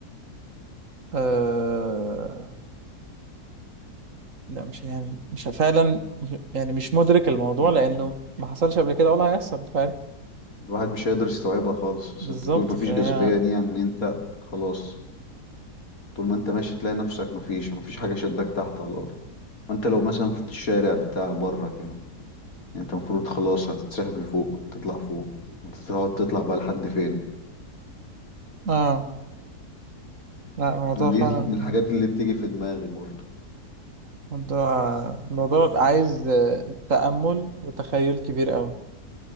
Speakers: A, on the right (about 50°); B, on the left (about 60°).
A: آه... لا مش يعني مش فعلا يعني مش مدرك الموضوع
B: يعني
A: لأنه ما حصلش قبل كده ولا هيحصل فاهم
B: الواحد مش هيقدر يستوعبها خالص بس
A: بالظبط
B: انت طول مفيش
A: فهي
B: جاذبية دي يعني انت خلاص طول ما انت ماشي تلاقي نفسك مفيش مفيش حاجة شداك تحت على الأرض وانت لو مثلا في الشارع بتاع بره كده يعني انت المفروض خلاص هتتسحب لفوق هتطلع فوق وتقعد تطلع بقى لحد فين
A: اه لا الموضوع
B: دي
A: فعلا
B: من الحاجات اللي بتيجي في دماغي برضو
A: موضوع الموضوع عايز آه، تأمل وتخيل كبير قوي